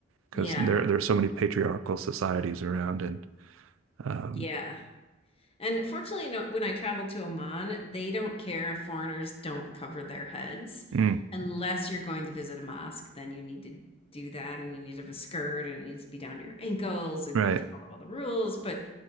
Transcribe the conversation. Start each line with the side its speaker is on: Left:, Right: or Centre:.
Right: because
Left: Yeah.
Right: there there are so many patriarchal societies around and. Um,
Left: Yeah. And fortunately, no, when I travel to Oman, they don't care if foreigners don't cover their heads.
Right: mm,
Left: Unless you're going to visit a mosque, then you need to do that and you need to have a skirt and it needs to be down to your ankles and
Right: Right,
Left: you have to follow all the rules. But